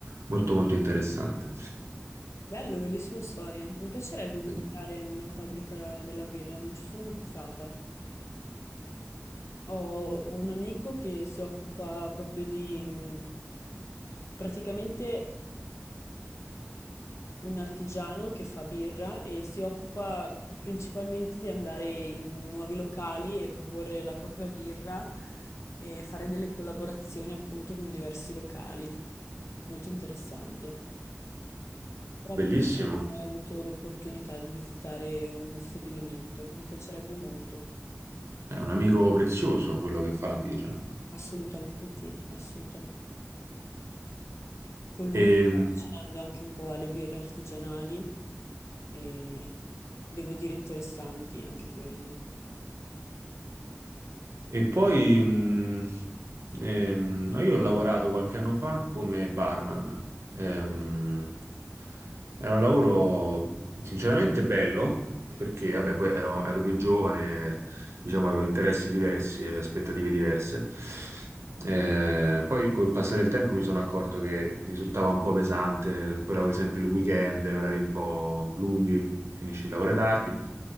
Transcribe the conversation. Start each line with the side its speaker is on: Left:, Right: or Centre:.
Right: molto molto interessante.
Left: Bello, bellissima storia. Mi piacerebbe visitare
Right: Sì.
Left: una fabbrica della birra, non ci sono mai stata. Ho ho un amico che si occupa proprio di... mh, Praticamente un artigiano che fa birra e si occupa principalmente di andare in nuovi locali e proporre la propria birra e fare delle collaborazioni appunto con diversi locali. Molto interessante. Però purtroppo
Right: Bellissimo.
Left: non ho mai avuto l'opportunità di visitare uno stabilimento. Mi piacerebbe molto.
Right: È un amico prezioso quello che fa la birra.
Left: Assolutamente sì, assolutamente. Con lui
Right: E,
Left: mi sto avvicinando anche un po' alle birre artigianali e devo dire interessanti anche quelle.
Right: e poi mh, ehm, no, io ho lavorato qualche anno fa come barman. Ehm, era un lavoro sinceramente bello, perché vabbè, poi ero, ero più giovane, diciamo, avevo interessi diversi e aspettative diverse. Eh, poi col passare del tempo mi sono accorto che mi risultava un po' pesante, poi lavori sempre il weekend, orari un po' lunghi, finisci il lavoro tardi,